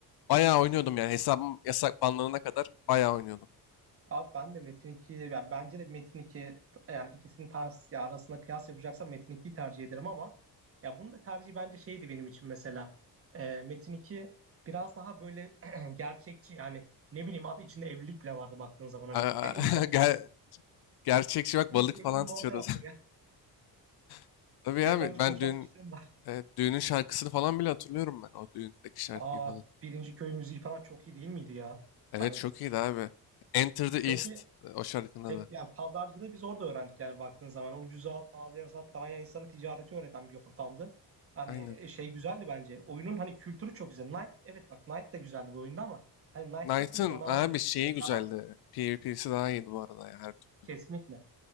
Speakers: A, on the left (about 70°); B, on the right (about 35°).
A: Bayağı oynuyordum yani. Hesabım yasak banlanana kadar bayağı oynuyordum.
B: Abi ben de Metin 2'yi de yani bence de Metin iki, t- yani ikisinin ters ya arasında kıyas yapacaksam Metin 2'yi tercih ederim ama ya bunun da tercihi bence şeydi benim için mesela. Ee, Metin iki biraz daha böyle <clears throat> gerçekçi yani ne bileyim abi içinde evlilik bile vardı baktığın zaman hani
A: <laughs>
B: <clears throat> insan evleniyor.
A: Ger- Gerçekçi bak
B: Ben
A: balık
B: ilk
A: falan
B: evliliğimi
A: tutuyoruz.
B: orada yaptım ya. <laughs>
A: <laughs> Tabii
B: Evlenmiş
A: abi ben
B: boşanmışlığım
A: dün
B: var.
A: e, düğünün şarkısını falan bile hatırlıyorum ben. O düğündeki şarkıyı
B: Aa
A: falan.
B: birinci köy müziği falan çok iyi değil miydi ya?
A: Evet
B: Hani
A: çok iyiydi abi. Enter the
B: peki
A: East. e, O şarkının
B: Hep
A: adı.
B: yani pazarcılığı biz orada öğrendik yani baktığın zaman. Ucuza al, pahalıya sat falan yani insana ticareti öğreten bir ortamdı. Hani
A: Aynen.
B: e, şey güzeldi bence. Oyunun hani kültürü çok güzel. Knight evet bak Knight de güzeldi bu oyunda ama hani Knight'taki
A: Knight'ın
B: o canavar
A: abi
B: yapısı
A: şeyi güzeldi.
B: falan
A: PvP'si daha iyiydi bu arada ya her türlü.
B: kesinlikle.